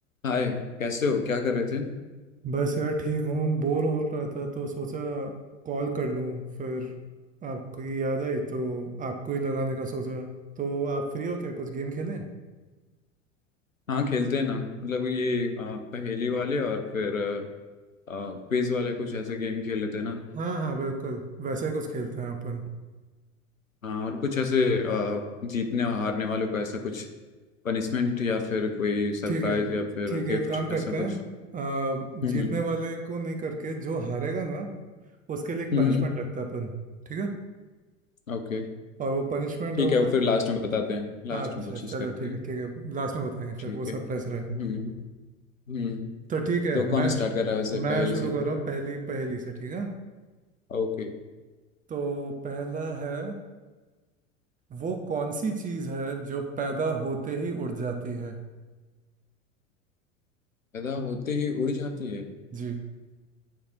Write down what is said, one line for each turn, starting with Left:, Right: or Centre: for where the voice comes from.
Left: हाय कैसे हो क्या कर रहे थे
Right: बस यार ठीक हूँ बोर हो रहा था तो सोचा कॉल कर लूँ फिर आपकी याद आई तो आपको ही लगाने का सोचा तो आप फ्री हो क्या कुछ गेम खेलें
Left: हाँ खेलते हैं ना मतलब ये आ, पहेली वाले और फिर क्विज वाले कुछ ऐसे गेम खेल लेते हैं ना
Right: हाँ हाँ बिल्कुल वैसे ही कुछ खेलते हैं अपन
Left: हाँ और कुछ ऐसे आ, जीतने और हारने वालों को ऐसा कुछ पनिशमेंट या फिर कोई सरप्राइज
Right: ठीक है
Left: या फिर
Right: ठीक
Left: गिफ्ट
Right: है एक काम करते
Left: ऐसा कुछ
Right: हैं अ,
Left: हम्म
Right: जीतने
Left: हम्म
Right: वाले को नहीं करके जो हारेगा ना उसके लिए एक
Left: हम्म,
Right: पनिशमेंट
Left: हम्म,
Right: रखते हैं अपन ठीक है
Left: ओके
Right: और वो पनिशमेंट
Left: ठीक
Right: होगा
Left: है वो फिर लास्ट में बताते हैं लास्ट
Right: अच्छा
Left: में कोशिश
Right: चलो
Left: करते
Right: ठीक
Left: हैं
Right: है ठीक है लास्ट में बताएंगे फिर
Left: ठीक
Right: वो
Left: है
Right: सरप्राइज
Left: हम्म
Right: रहे
Left: हम्म
Right: तो ठीक है
Left: तो कौन
Right: मैं
Left: स्टार्ट कर रहा है वैसे
Right: मैं
Left: पहेली
Right: शुरू
Left: से
Right: कर रहा हूँ पहली पहेली से ठीक है
Left: ओके
Right: तो पहला है वो कौन सी चीज है जो पैदा होते ही उड़ जाती है
Left: पैदा होते ही उड़ जाती
Right: जी